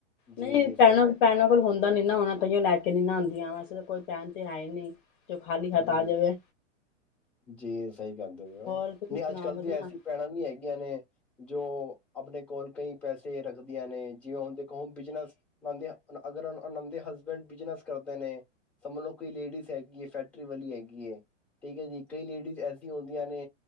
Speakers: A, in the centre; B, on the left (about 40°).
A: ਜੀ
B: ਨਹੀਂ
A: ਜੀ ਸਹੀ
B: ਪੈਣਾਂ
A: ਗੱਲ
B: ਪੈਣਾਂ
A: ਹੈ
B: ਕੋਲ ਹੁੰਦਾ। ਦੇਂਦਾ ਨਹੀਂ ਨਾ ਹੋਣਾ ਤਾਹੀਓਂ ਲੈ ਕੇ ਨਹੀਂ ਆਉਂਦੀਆਂ। ਵੈਸੇ ਤਾਂ ਕੋਈ ਪਹਿਣ ਤੇ ਹੈ ਹੀ ਨਹੀਂ। ਜੋ ਖਾਲੀ ਹੱਥ
A: ਹਮ,
B: ਆ ਜਾਵੇ
A: ਜੀ ਸਹੀ ਕਹਿੰਦੇ ਪ ਉਹ।
B: ਹੋਰ ਤੁਸੀਂ
A: ਨਹੀਂ
B: ਸੁਣਾਓ
A: ਅੱਜ ਕੱਲ੍ਹ
B: ਵਧੀਆ।
A: ਦੀ ਐਸੀੀਆਂ ਭੈਣਾਂ ਵੀ ਹੈਗੀਆਂ ਨੇ, ਜੋ ਆਪਣੇ ਕੋਲ ਕਈ ਪੈਸੇ ਰੱਖਦੀਆਂ ਨੇ। ਦੇਖੋ ਜਿਵੇਂ ਅਗਰ ਬਿਜਨਸ ਅਗਰ ਉਹਨਾਂ ਦੇ ਹਸਬੈਂਡ ਬਿਜਨਸ ਕਰਦੇ ਨੇ ਸਮਝ ਲਓ ਕੋਈ ਲੇਡੀਜ਼ ਹੈਗੀ ਹੈ ਫੈ, ਪੈਸੇ ਵਾਲੀ ਹੈਗੀ ਬੇ। ਠੀਕ ਹੈ ਜੀ, ਕਈ ਲੇਡੀਜ਼ ਐਸੀ ਹੁੰਦੀਆਂ ਨੇ